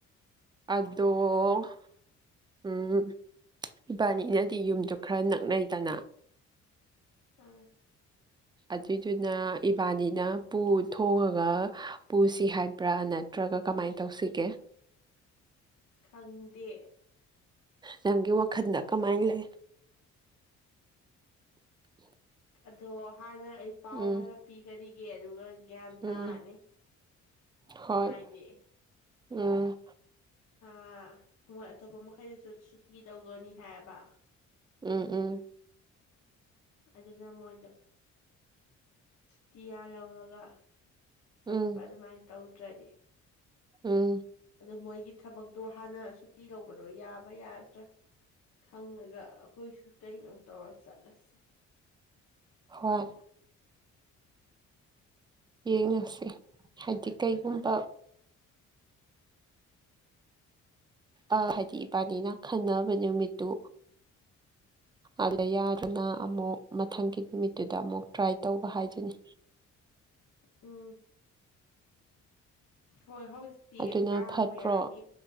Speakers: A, on the right; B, on the left.
A: ꯑꯗꫭ ꯎꯝ ꯏꯕꯥꯅꯤꯅꯗꯤ ꯌꯨꯝꯗꯣ ꯈꯔ ꯅꯛꯅꯩꯗꯅ꯫
B: ꯑꯥ꯫
A: ꯑꯗꯨꯏꯗꯨꯅ ꯏꯕꯥꯅꯤꯅ ꯄꯨ ꯊꯣꯡꯉꯒ ꯄꯨꯁꯤ ꯍꯥꯏꯕ꯭ꯔꯥ ꯅꯠ ꯇ꯭ꯔꯒ ꯀꯃꯥꯏ ꯇꯧꯁꯤꯒꯦ꯫
B: ꯈꯪꯗꯦ꯫
A: ꯅꯪꯒꯤ ꯋꯥꯈꯟꯅ ꯀꯃꯥꯏꯅ ꯂꯩ꯫ <inaudible>
B: ꯑꯗꯣ ꯍꯥꯟꯅ ꯑꯩ ꯄꯥꯎ
A: ꯎꯝ
B: ꯍꯥꯟꯅ ꯄꯤꯒꯔꯤꯒꯦ ꯑꯗꯨꯒ ꯒ꯭ꯌꯥꯟ ꯇꯥꯔꯅꯤ꯫
A: ꯎꯝ ꯍꯣꯏ
B: ꯍꯥꯏꯗꯤ
A: ꯎꯝ꯫
B: ꯑꯥ ꯃꯣꯏ ꯑꯇꯣꯞꯄ ꯃꯈꯩꯗꯨꯁꯨ ꯁꯨꯇꯤ ꯇꯧꯗꯣꯏꯅꯤ ꯍꯥꯏꯌꯦꯕ꯫
A: ꯎꯝ ꯎꯝ꯫
B: ꯑꯗꯨꯅ ꯃꯣꯏꯗꯣ ꯁꯨꯇꯤꯌꯥ ꯂꯧꯔꯒ ꯆꯠꯄ
A: ꯎꯝ
B: ꯑꯗꯨꯃꯥꯏꯅ ꯇꯧꯗ꯭ꯔꯗꯤ꯫
A: ꯎꯝ꯫
B: ꯑꯗꯣ ꯃꯣꯏꯒꯤ ꯊꯕꯛꯇꯣ ꯍꯥꯟꯅ ꯁꯨꯇꯤ ꯂꯧꯕꯗꯣ ꯌꯥꯕ ꯌꯥꯗ꯭ꯔ꯫ ꯈꯪꯉꯒ ꯑꯩꯈꯣꯏꯁꯨ ꯀꯩꯅꯣ ꯇꯧꯔ ꯆꯠꯂꯁꯦ꯫
A: ꯍꯣꯏ꯫ ꯌꯦꯡꯉꯁꯤ ꯍꯥꯏꯗꯤ ꯀꯩꯒꯨꯝꯕ ꯑꯥ ꯍꯥꯏꯗꯤ ꯏꯕꯥꯅꯤꯅ ꯈꯟꯅꯕ ꯅꯨꯃꯤꯠꯇꯨ ꯑꯗ ꯌꯥꯗꯨꯅ ꯑꯃꯨꯛ ꯃꯊꯪꯒꯤ ꯅꯨꯃꯤꯠꯇꯨꯗ ꯑꯃꯨꯛ ꯇ꯭ꯔꯥꯏ ꯇꯧꯕ ꯍꯥꯏꯖꯅꯤ꯫
B: ꯎꯝ꯫ ꯍꯣꯏ ꯍꯧꯖꯤꯛꯇꯤ
A: ꯑꯗꯨꯅ
B: ꯀꯥꯡ
A: ꯐꯠꯇ꯭ꯔꯣ
B: ꯃꯌꯥꯒꯤ